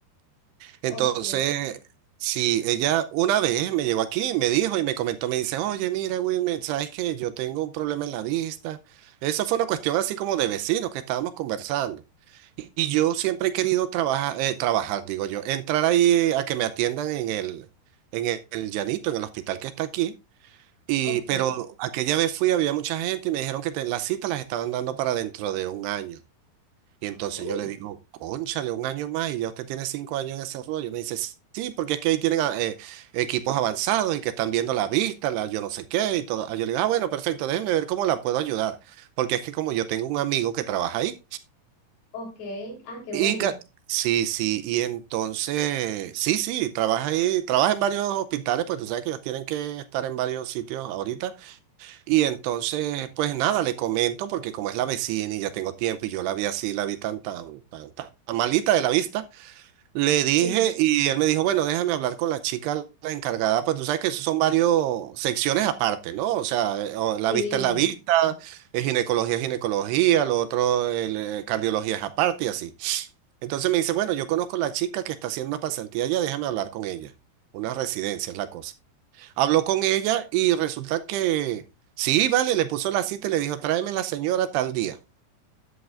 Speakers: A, on the right; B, on the left.
A: Entonces,
B: ok,
A: si ella una vez me llegó aquí, me dijo y me comentó, me dice, oye, mira, Wilmer, ¿sabes qué? Yo tengo un problema en la vista. Eso fue una cuestión así como de vecinos que estábamos conversando. Y y yo siempre he querido trabajar, eh, trabajar, digo yo, entrar ahí a que me atiendan en el, en el, el Llanito, en el hospital que está aquí. Y,
B: ok,
A: pero aquella vez fui, había mucha gente y me dijeron que te- las citas las estaban dando para dentro de un año. Y
B: Ah,
A: entonces
B: uy,
A: yo le digo, cónchale, un año más y ya usted tiene cinco años en ese rollo. Me dice, sí, porque es que ahí tienen ah, eh, equipos avanzados y que están viendo la vista, la yo no sé qué y todo. Ah, Yo le digo, ah, bueno, perfecto, déjeme ver cómo la puedo ayudar. Porque es que como yo tengo un amigo que trabaja ahí
B: ok, ah, qué
A: y
B: bueno,
A: ca- sí, sí, y entonces, sí, sí, trabaja ahí, trabaja en varios hospitales, pues tú sabes que ellos tienen que estar en varios sitios ahorita. Y entonces, pues nada, le comento, porque como es la vecina y ya tengo tiempo y yo la vi así, la vi tan, tan, tan, tan malita de la vista, le dije
B: sí,
A: y él me dijo, bueno, déjame hablar con la chica, la encargada, pues tú sabes que eso son varias secciones aparte, ¿no? O sea, eh, o la
B: sí,
A: vista es la vista, es ginecología es ginecología, lo otro, el, eh, cardiología es aparte y así. Entonces me dice, bueno, yo conozco a la chica que está haciendo una pasantía allá, déjame hablar con ella. Una residencia es la cosa. Habló con ella y resulta que sí, vale, le puso la cita y le dijo, tráeme la señora tal día.